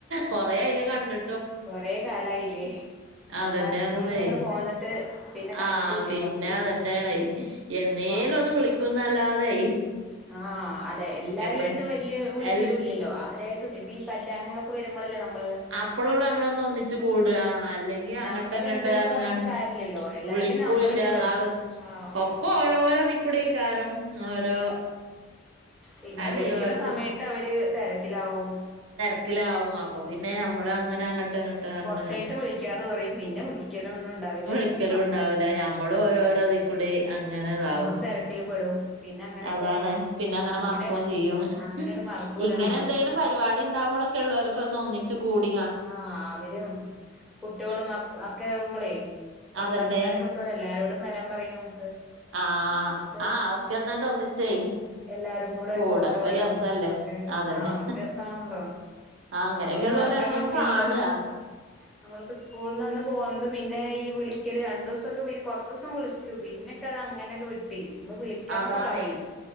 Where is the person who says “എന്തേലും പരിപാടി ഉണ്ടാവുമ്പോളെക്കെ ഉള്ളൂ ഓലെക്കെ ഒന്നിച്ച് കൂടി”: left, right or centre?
Right